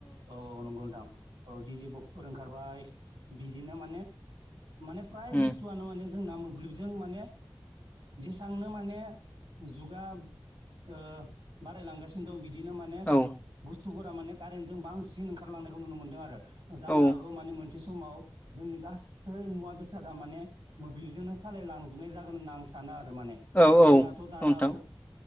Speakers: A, on the right; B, on the left.
A: औ औ नंगौ नोंथां। औ दिडिजे बक्सफोर ओंखारबाय बिदिनो माने माने फ्राय
B: उम
A: बुस्थुआनो माने जोंना मोब्लाबजों माने जेसांनो माने जुगा ओ बारायलांगासिनो दं बिदि दिनो माने
B: औ
A: बुस्थुफोरा माने कारेन्ट जों बांसिन ओंखारलांनायखौ नुनो मोनदों आरो। जानो
B: औ
A: हागौ माने मोनसे समाव जोंनि गासै मुवा बेसादा माने मोब्लिबजोंनो सालायलांजोबनाय जागोन होनना आं सानो आरो। माने
B: औ
A: जोंनाथ'
B: औ
A: दाना
B: नोंथां
A: औ